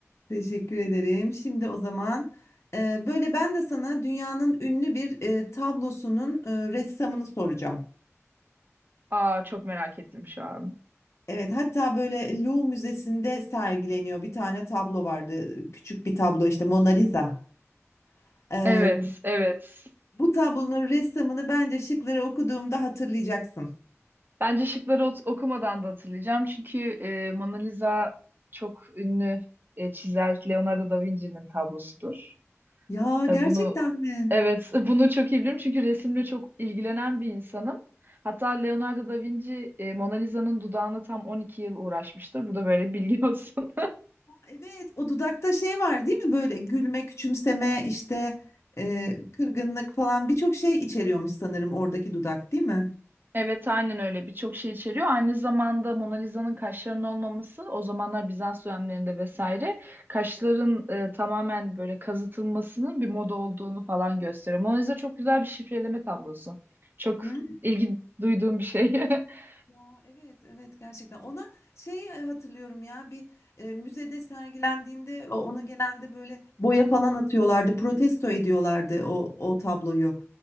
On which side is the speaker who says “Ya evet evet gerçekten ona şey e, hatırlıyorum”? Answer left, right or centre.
Left